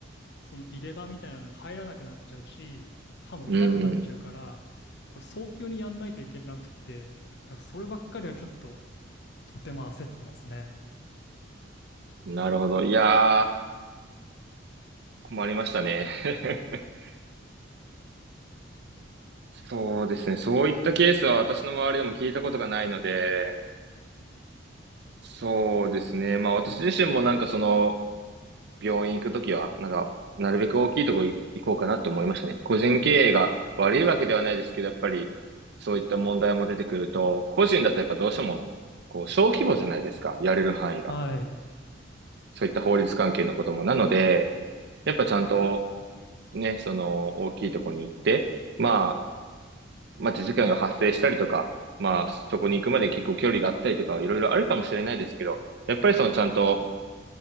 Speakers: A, on the left; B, on the right.
A: その入れ歯みたいなのが入らなくなっちゃうし、歯も痛くなっちゃうから、
B: うーん、
A: これ早急にやんないといけなくって、だからそればっかりはちょっととても焦ってますね。
B: なるほど。いやー、困りましたね。<laughs> そうですね。そういったケースは私の周りでも聞いたことがないので、そうですね。まあ私自身もなんかその、病院行くときは、なんか、なるべく大きいとこ行こうかなって思いましたね。個人経営が悪いわけではないですけど、やっぱり、そういった問題も出てくると、個人だとやっぱどうしても、こう、小規模じゃないですか、やれる範囲が。
A: はい。
B: そういった法律関係のことも。なので、やっぱちゃんと、ね、その、大きいとこに行って、まあ、待ち時間が発生したりとか、まあ、そこに行くまで結構距離があったりとか、いろいろあるかもしれないですけど、やっぱりそのちゃんと